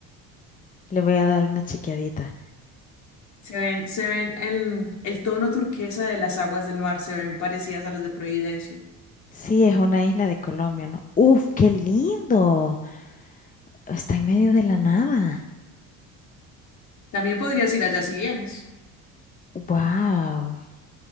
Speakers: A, on the left; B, on the left.
A: Le voy a dar una chequeadita.
B: Se ven, se ven el, el tono turquesa de las aguas del mar, se ven parecidas a las de Providencia.
A: Sí, es una isla de Colombia, ¿no? Uf, qué lindo. Está en medio de la nada.
B: También podrías ir allá si vienes.
A: Wow.